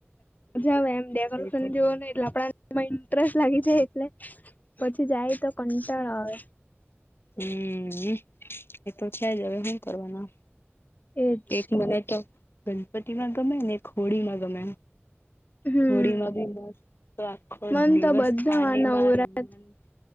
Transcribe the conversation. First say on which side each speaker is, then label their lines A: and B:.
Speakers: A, on the left; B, on the left.
A: મજા આવે એમ ડેકોરેશન
B: તો
A: જોવોનુ એટલે આપડા માં ઇન્ટરેસ્ટ લાગી જાય એટલે પછી જાય તો કંટાળ આવે
B: હમ એતો છે, જ અવે હુ કરવાના
A: એજ
B: એક મને તો ગણપતિમાં ગમે ને એક હોળીમાં ગમે
A: હમ
B: હોળીમાં બી મસ્ત તો આખો
A: મન
B: દિવસ
A: તો બધામાં
B: પાણીમાં
A: નવરા
B: રમવાનુ